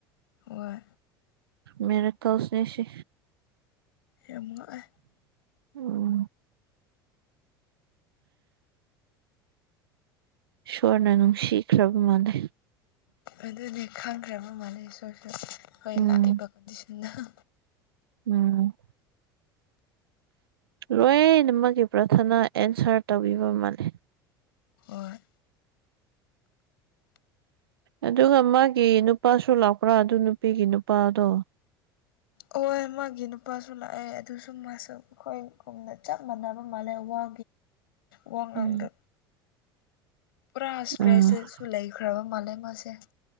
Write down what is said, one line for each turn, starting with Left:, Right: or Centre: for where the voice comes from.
Left: ꯍꯣꯏ
Right: ꯃꯦꯔꯥꯀꯜꯁꯅꯦ ꯁꯦ
Left: ꯌꯥꯝ ꯉꯛꯑꯦ
Right: ꯎꯝ ꯏꯁꯣꯔꯅ ꯅꯨꯡꯁꯤꯈ꯭ꯔꯕ ꯃꯥꯜꯂꯦ
Left: ꯑꯗꯨꯅꯦ ꯈꯪꯈ꯭ꯔꯕ ꯃꯥꯜꯂꯦ ꯏꯁꯣꯔꯁꯨ ꯈꯣꯏ
Right: ꯎꯝ
Left: ꯂꯥꯛꯏꯕ ꯀꯗꯤꯁ ꯅꯍ
Right: ꯎꯝ ꯂꯣꯏꯅꯃꯛꯒꯤ ꯄ꯭ꯔꯊꯅ ꯑꯦꯟꯁꯔ ꯇꯧꯕꯤꯕ ꯃꯥꯜꯂꯦ
Left: ꯍꯣꯏ <inaudible>
Right: ꯑꯗꯨꯒ ꯃꯥꯒꯤ ꯅꯨꯄꯥꯁꯨ ꯂꯥꯛꯄ꯭ꯔꯥ ꯑꯗꯨ ꯅꯨꯄꯤꯒꯤ ꯅꯨꯄꯥꯗꯣ
Left: ꯍꯣꯏ ꯃꯥꯒꯤ ꯅꯨꯄꯥꯁꯨ ꯂꯥꯛꯑꯦ ꯑꯗꯨꯁꯨ ꯃꯥꯁꯨ ꯑꯩꯈꯣꯏꯒꯨꯝꯅ ꯆꯞ ꯃꯥꯟꯅꯕ ꯃꯥꯜꯂꯦ ꯋꯥ ꯋꯥ ꯉꯥꯡꯗ
Right: ꯎꯝ
Left: ꯄꯨꯔꯥ ꯁꯇ꯭ꯔꯦꯁꯤꯁꯨ
Right: ꯑꯥ
Left: ꯂꯩꯈ꯭ꯔꯕ ꯃꯥꯂꯦ ꯃꯥꯁꯦ